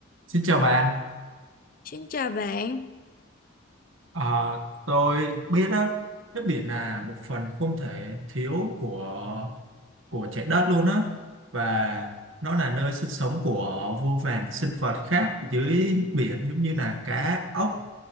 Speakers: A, on the right; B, on the left.
A: Xin chào bạn,
B: Xin chào bạn,
A: Ờ, tôi biết đó, nước biển là một phần không thể thiếu của của trái đất luôn á và nó là nơi sinh sống của vô vàn sinh vật khác dưới biển giống như là cá, ốc